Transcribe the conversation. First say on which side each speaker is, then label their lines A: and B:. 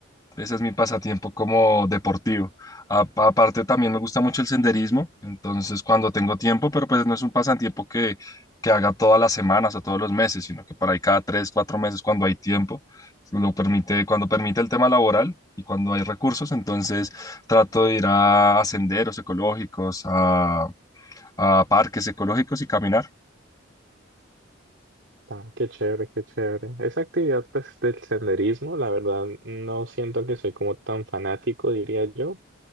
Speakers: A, on the left; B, on the right.
A: Ese es mi pasatiempo como deportivo. A- aparte también me gusta mucho el senderismo, entonces cuando tengo tiempo, pero pues no es un pasatiempo que, que haga todas las semanas o todos los meses, sino que por ahí cada tres, cuatro meses cuando hay tiempo, lo permite, cuando permite el tema laboral y cuando hay recursos, entonces trato de ir a, senderos ecológicos, a, a parques ecológicos y caminar.
B: Ah, qué chévere, qué chévere. Esa actividad pues del senderismo, la verdad no siento que soy como tan fanático, diría yo